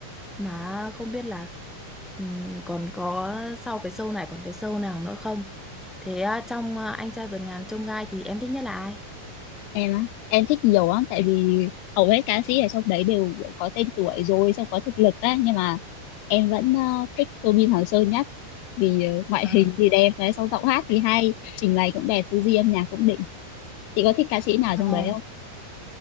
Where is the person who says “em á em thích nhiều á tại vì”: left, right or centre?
Left